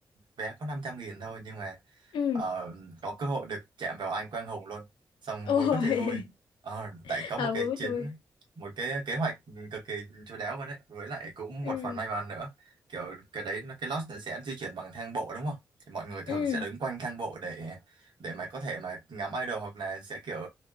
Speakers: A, on the right; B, on the left.
A: vé có năm trăm nghìn thôi nhưng mà
B: ừ
A: ờ, có cơ hội được chạm vào anh Quang Hùng luôn. Xong
B: ôi
A: vui có thể vui. Ờ,
B: <laughs>
A: tại có một
B: à,
A: cái
B: vui quá
A: chuyến
B: trời
A: một cái kế hoạch cực kỳ chu đáo luôn đấy với lại cũng
B: ừ
A: một phần may mắn nữa kiểu cái đấy nó- cái lost nó sẽ di chuyển bằng thang bộ đúng không thì mọi người thường
B: ừ
A: sẽ đứng quanh thang bộ để để mà có thể mà ngắm idol hoặc là sẽ kiểu